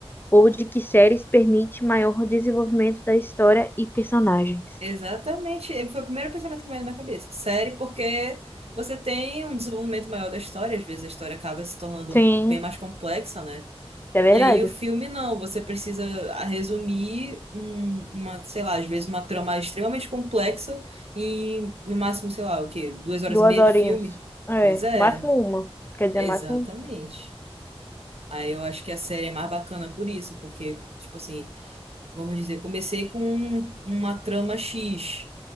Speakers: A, on the left; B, on the right.
A: ou de que séries permite maior desenvolvimento da história e personagens.
B: Exatamente. e Foi o primeiro pensamento que veio na minha cabeça. Série, porque você tem um desenvolvimento maior da história, às vezes a história acaba se tornando
A: Sim,
B: bem mais complexa, né?
A: é verdade.
B: E aí o filme não, você precisa ah, resumir um- uma, sei lá, às vezes uma trama extremamente complexa em no máximo, sei lá, o quê? Duas horas
A: Duas
B: e meia
A: horinhas.
B: de filme?
A: É,
B: Pois é,
A: máximo uma. Quer dizer,
B: exatamente.
A: máximo.
B: Aí eu acho que a série é mais bacana por isso, porque, tipo assim, vamos dizer, comecei com um- uma trama X.